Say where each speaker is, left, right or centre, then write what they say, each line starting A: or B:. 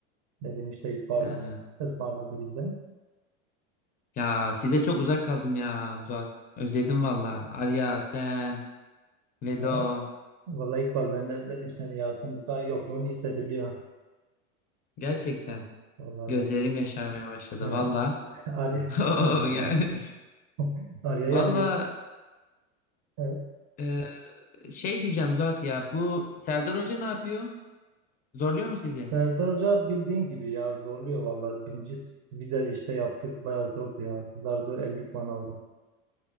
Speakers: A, on the right; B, on the left.
A: Dedim işte İkbal
B: Ha.
A: ısmarladı bize.
B: Ya size çok uzak kaldım ya Zuhat. Özledim valla. Arya sen Vedo
A: Vallahi, vallahi İkbal ben de özledim seni ya. Sınıfta yokluğun hissediliyor.
B: gerçekten
A: Evet, Vallahi
B: gözlerim
A: ya.
B: yaşarmaya başladı
A: Yani
B: valla.
A: Arya,
B: <laughs>
A: <laughs>
B: Yani
A: Arya'ya
B: valla
A: diye. Evet.
B: e, şey diyeceğim Zuhat ya bu Serdar Hoca ne yapıyor? Zorluyor
A: Serdar
B: mu sizi?
A: Hoca bildiğin gibi ya zorluyor vallahi. Birinci vize işte yaptık. Bayağı zordu ya. Zar zor 50 puan aldım.